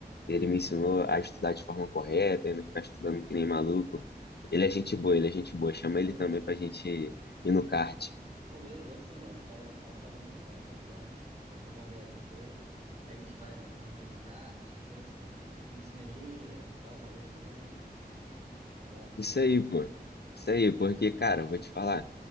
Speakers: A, on the left; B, on the right.
A: Ele me ensinou a estudar de forma correta e não ficar estudando que nem maluco. Ele é gente boa, ele é gente boa. Chama ele
B: Pô,
A: também pra gente ir no kart.
B: Pô, beleza, vou sim, mano. O cara, o cara sabe muito, o cara é espertão. pô. Pra trocar ideia assim com ele. Aí a gente vai marcar um dia no kart, ver um cine... ir no cineminha, dar um rolê também. É bom. pô.
A: Isso aí, pô. Isso aí, porque, cara, eu vou te falar.